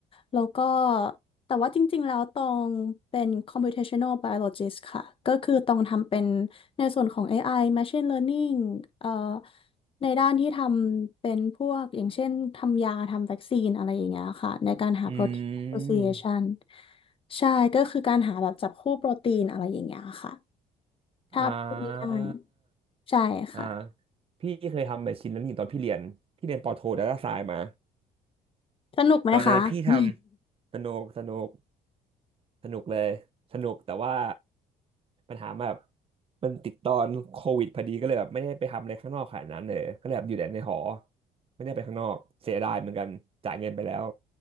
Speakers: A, on the left (about 30°); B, on the right (about 35°).
A: แล้วก็แต่ว่าจริงๆแล้วตองเป็น computational biologist ค่ะ ก็คือตองทำเป็นในส่วนของ AI machine learning เอ่อในด้านที่ทำเป็นพวกอย่างเช่นทำยาทำวัคซีนอะไรอย่างเงี้ยค่ะในการหา
B: อืม
A: protein association ใช่ ก็คือการหาแบบจับคู่โปรตีนอะไรอย่างเงี้ยค่ะ ถ้าพูดง่ายๆใช่ค่ะ
B: อ่า อ่าพี่เคยทำแบบชิ้นนั้นอยู่ตอนพี่เรียนพี่เรียนปอโทดาต้าไซน์มา
A: สนุกไหมคะ
B: ตอนนั้นพี่ทำสนุกสนุก
A: <laughs>
B: สนุกเลยสนุกแต่ว่าปัญหาแบบมันติดตอนโควิดพอดีก็เลยแบบไม่ได้ไปทำอะไรข้างนอกขนาดนั้นเลยก็เลยแบบอยู่แต่ในหอไม่ได้ไปข้างนอกเสียดายเหมือนกันจ่ายเงินไปแล้ว